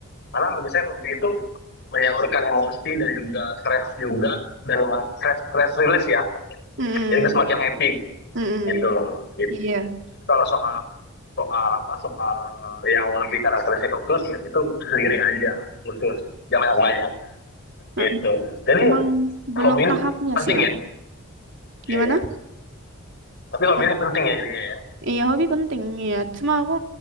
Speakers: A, on the left; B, on the right.
A: Karena bagi saya hobi itu menyalurkan emosi dan juga stres juga dan ma- stress stress release ya.
B: mm, mm,
A: Jadi kita semakin happy
B: mm,
A: gitu
B: mm.
A: loh. Gitu.
B: Iya.
A: Kalau soal soal apa soal yang lebih karakteristik khusus ya itu sendiri aja khusus jangan banyak banyak
B: Mm.
A: gitu. Jadi
B: Emang belum
A: hobi ini
B: tahapnya
A: penting
B: sih aku.
A: ya.
B: Gimana?
A: Iya. Tapi hobi
B: Hob-
A: ini penting ya jadinya ya.
B: Iya hobi penting. Iya. Cuma aku